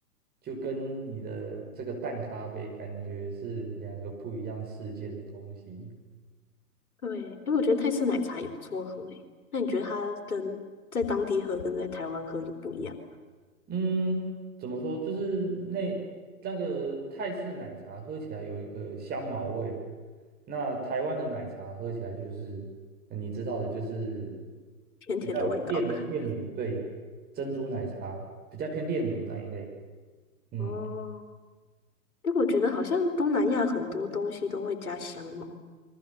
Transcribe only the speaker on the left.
对，因为我觉得泰式奶茶也不错喝诶。那你觉得它跟在当地喝跟在台湾喝有不一样吗
甜甜的味道。
<laughs>
哦，因为我觉得好像东南亚很多东西都会加香茅，